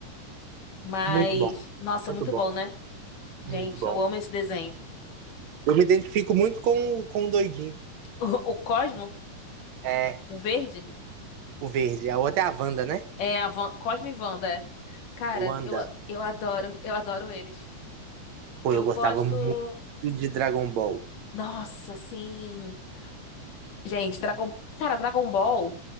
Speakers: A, on the left (about 85°); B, on the right (about 65°).
A: Mas.
B: Muito bom,
A: Nossa,
B: muito
A: é muito
B: bom,
A: bom, né? Gente,
B: muito bom.
A: eu amo esse desenho.
B: Eu me identifico muito com, o- com o doidinho.
A: <laughs> O, o Cosmo,
B: É,
A: o verde,
B: o verde. A outra é a Wanda, né?
A: é a Van- Cosmo e Wanda. é. Cara,
B: O Wanda.
A: eu, a- eu adoro, eu adoro eles.
B: Pô,
A: Eu
B: eu gostava
A: gosto.
B: muito de Dragon Ball.
A: Nossa, sim. Gente, Dragon... Cara, Dragon Ball,